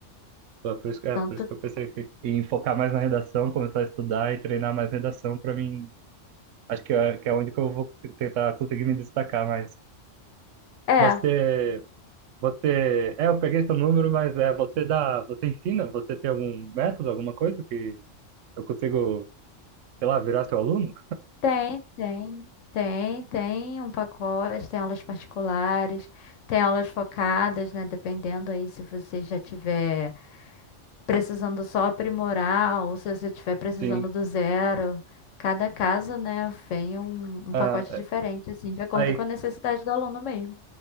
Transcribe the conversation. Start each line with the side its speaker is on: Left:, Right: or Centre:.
Right: Foi por isso, que- é,
Left: Tanto,
Right: por isso que eu pensei que, em focar mais na redação, começar a estudar e treinar mais redação para mim. Acho que é, que é onde que eu vou tentar conseguir me destacar mais.
Left: é.
Right: Você, você, é, eu peguei seu número, mas é, você dá, você ensina? Você tem algum método, alguma coisa que eu consigo, sei lá, virar seu aluno?
Left: Tem, tem, tem, tem um pacote, tem aulas particulares, tem aulas focadas, né? Dependendo aí se você já tiver precisando só aprimorar ou se você estiver precisando
Right: Sim.
Left: do zero. Cada caso, né, vem um, um
Right: Ah,
Left: pacote diferente, assim, de acordo
Right: Aí,
Left: com a necessidade do aluno mesmo.